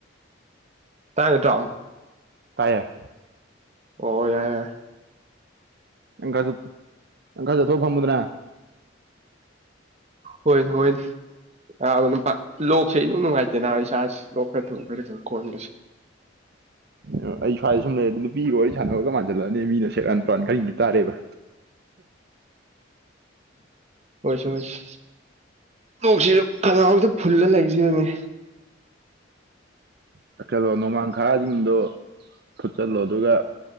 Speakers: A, on the right (about 35°); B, on the right (about 55°).
A: ꯇꯥꯏ ꯅꯠꯇ꯭ꯔꯣ
B: ꯇꯥꯏꯌꯦ
A: ꯑꯣ ꯌꯥꯏ ꯌꯥꯏ
B: ꯅꯪ ꯈꯔꯆꯠ ꯅꯪ ꯈꯔ ꯆꯠꯊꯣꯛꯑ ꯐꯝꯃꯨꯗꯅꯥ
A: ꯍꯣꯏꯅꯦ ꯍꯣꯏꯅꯦ ꯑꯥ ꯑꯗꯨꯝ ꯐꯠ ꯂꯣꯛꯁꯦ ꯏꯅꯨꯡ ꯅꯨꯡꯉꯥꯏꯇꯦꯅ ꯑꯩꯁꯦ ꯁꯥꯁꯦ ꯂꯣꯛ ꯈꯔ ꯈꯪꯗꯦ ꯈꯣꯟꯒꯥꯁꯦ
B: ꯑꯣ ꯑꯩ ꯁ꯭ꯋꯥꯏꯗ ꯁꯨꯝ ꯂꯩꯔꯗꯤ ꯅꯨꯄꯤꯒ ꯋꯥꯔꯤ ꯁꯥꯟꯅꯕꯒ ꯃꯥꯟ ꯖꯜꯂꯛꯑꯅꯦ ꯃꯤꯅ ꯁꯦꯔꯥꯟ ꯇꯨꯔꯥꯟ ꯈꯟꯒꯤ ꯇꯥꯔꯦꯕ
A: ꯍꯣꯏꯁꯦ ꯍꯣꯏꯁꯦ ꯂꯣꯛꯁꯤꯁꯨ ꯈꯒꯥꯎꯖꯤꯗ ꯐꯨꯜꯂ ꯂꯩꯖꯤꯅꯅꯦ
B: ꯊꯛꯁꯜꯂꯣ ꯅꯣꯃꯥꯡꯈꯥꯁꯤꯡꯗꯣ ꯐꯨꯠꯆꯜꯂꯣ ꯑꯗꯨꯒ